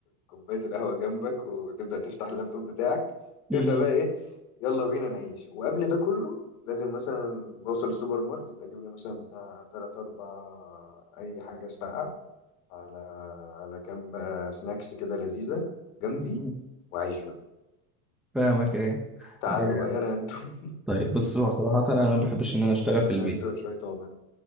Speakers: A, on the left (about 65°); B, in the centre.
A: كوبايه القهوه جنبك وتبدا تفتح اللابتوب بتاعك
B: م-
A: تبدا بقى ايه يلا بينا نعيش وقبل ده كله لازم مثلا بوصل السوبر ماركت اجيب لي مثلا بتاع تلات اربع اي حاجه ساقعه على على كام بقى سناكس كده لذيذه جنبي
B: م- م.
A: واعيش بقى
B: فاهمك ايوه
A: تعالوا
B: إيه.
A: بقى انا انتم
B: طيب بص هو صراحة انا ما بحبش ان انا اشتغل
A: <laughs> انا
B: في البيت
A: انتم شويه عملاء